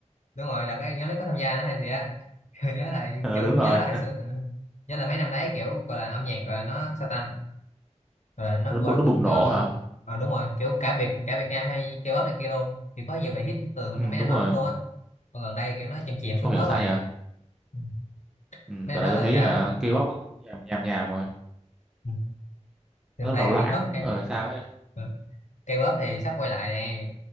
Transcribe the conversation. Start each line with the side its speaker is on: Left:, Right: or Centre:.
Left: đúng rồi là cái nhóm đấy có tham gia nữa hay gì á <laughs> nhớ lại
Centre: <laughs> Ờ,
Left: kiểu
Centre: đúng
Left: nhớ
Centre: rồi
Left: là hồi xưa ừ. nhớ là mấy năm đấy kiểu gọi là âm nhạc gọi là nó sao ta gọi là nó
Centre: nó,
Left: gọi
Centre: bu- nó
Left: là cũng
Centre: bùng nổ
Left: gọi là
Centre: hả
Left: à, đúng rồi kiểu cả Việt cả Việt Nam hay K-pop này kia luôn thì có nhiều bài hit từ mấy
Centre: ừ,
Left: năm
Centre: đúng
Left: đó
Centre: rồi
Left: lắm luôn á còn gần đây kiểu nó chìm chìm
Centre: không
Left: xuống
Centre: hiểu
Left: bớt
Centre: sao
Left: rồi
Centre: nhỉ
Left: Ừ,
Centre: Ừ,
Left: mấy
Centre: tại
Left: năm
Centre: này
Left: đó
Centre: tôi
Left: là
Centre: thấy
Left: cả
Centre: hả, K-pop nó cũng nhàm nhàm nhàm rồi.
Left: ừ, gần
Centre: Nó bắt
Left: đây
Centre: đầu loãng
Left: thì K-pop cái
Centre: ở sao ấy.
Left: ừ, cây bóp thì sắp quay lại nè